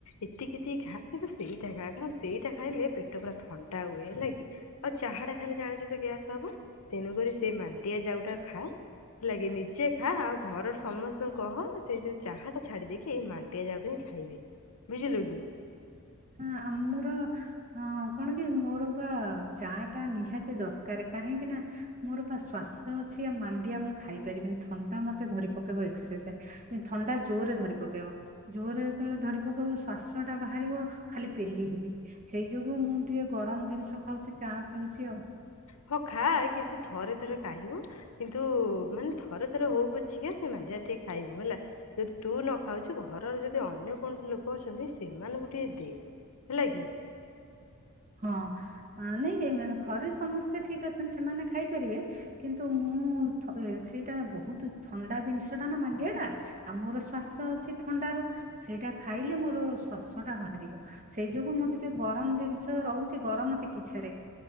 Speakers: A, on the left; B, on the right.
A: ଏତିକି ଏତିକି ଖା କିନ୍ତୁ ସେଇଟା ଖା କାର ସେଇଟା ଖାଇଲେ ପେଟ ପୁରା ଥଣ୍ଡା ହୁଏ ହେଲାକି। ଆଉ ଚାହା ଟା ଖାଇଲେ ଜାଣିଛୁ ତ ଗ୍ୟାସ ହବ ତେଣୁକରି ସେ ମାଣ୍ଟିଆ ଯାଉଟା ଖା ଲାଗି ନିଜେ ଖା ଆଉ ଘରର ସମସ୍ତଙ୍କୁ କହ ସେଇ ଯୋଉ ଚାହା ଟା ଛାଡି ଦେଇକି ଏଇ ମାଣ୍ଡିଆ ଯାଉ କୁ ହିଁ ଖାଇବେ। ବୁଝିଲୁ କି?
B: ହୁଁ ଆମର ହଁ କଣ କି ମୋର ବା ଚା ଟା ନିହାତି ଦରକାର କାହିଁକି ନା ମୋର ବା ଶ୍ୱାସ ଅଛି ଆ ମାଣ୍ଡିଆ ମୁଁ ଖାଇପାରିବିନି ଥଣ୍ଡା ମତେ ଧରି ପକେଇବ ଏକ୍ସସେସ୍। ଥଣ୍ଡା ଜୋର ରେ ଧରି ପକେଇବ ଜୋରରେ ଯେତେବେଳେ ଧରି ପକେଇବ ଶ୍ୱାସ ଟା ବାହାରିବ ଖାଲି ପେଲି ହେବି ସେଇ ଯୋଗୁ ମୁଁ ଟିକେ ଗରମ ଜିନିଷ ଖାଉଛି ଚା ପିଉଛି ଆଉ।
A: ହଁ ଖା କିନ୍ତୁ ଥରେ ଥରେ କାଇବୁ କିନ୍ତୁ ମାନେ ଥର ଥର ହଉ ପୁଛିିକ ସେ ମାଣ୍ଡିଆ ଟିକେ ଖାଇବୁ ହେଲା? ଯଦି ତୁ ନ ଖାଉଛୁ ଘରର ଯଦି ଅନ୍ୟ କୌଣସି ଲୋକ କଅଛନ୍ତି ସେମାନଙ୍କୁ ଟିକେ ଦେ ହେଲା କି।
B: ହଁ ନାଇଁ ଘରେ ସମସ୍ତେ ଠିକ ଅଛନ୍ତି ସେମାନେ ଖାଇପାରିବେ କିନ୍ତୁ ମୁଁ ଥ ସେଇଟା ବହୁତ ଥଣ୍ଡା ଜିନିଷ ଟା ନା ମାଣ୍ଡିଆଟା ଆ ମୋର ଶ୍ଵାସ ଅଛି ଥଣ୍ଡ ରୁ ସେଇଟା ଖାଇଲେ ମୋର ଶ୍ୱାସ ଟା ବାହାରିବ ସେଇ ଯୋଗୁ ମୁଁ ଟିକେ ଗରମ ଜିନିଷ ତ ରହୁଛି ଗରମ ତ ଚିକିଛାରେ